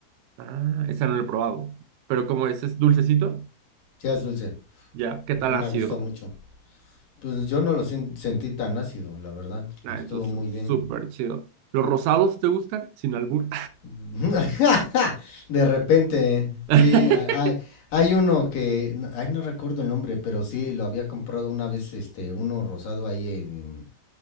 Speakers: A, on the right (about 80°); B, on the left (about 50°).
A: ah, ese no lo he probado, pero como ese es dulcecito,
B: Sí, es dulce.
A: ya, ¿qué tal
B: Ah, me
A: ácido?
B: gusta mucho. Pues yo no lo sen- sentí tan ácido, la verdad.
A: Ah,
B: Estuvo
A: entonces,
B: muy bien.
A: súper chido. ¿Los rosados te gustan? Sin albur.
B: <laughs> De repente,
A: <laughs>
B: sí, ha- hay, hay uno que, no- ay, no recuerdo el nombre, pero sí, lo había comprado una vez, este, uno rosado ahí en,